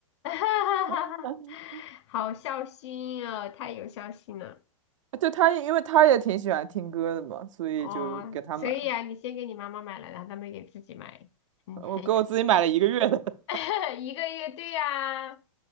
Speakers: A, on the left; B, on the right.
A: <laughs>
B: <laughs>
A: 好孝心哦，太有孝心了
B: 对她，因为她也挺喜欢听歌的嘛，所以就给她买了。
A: 哦。所以啊，你先给你妈妈买了，然后她没给自己买，嗯，
B: 我给我自己买了一个月的。
A: 很有 <laughs> 一个月，对呀、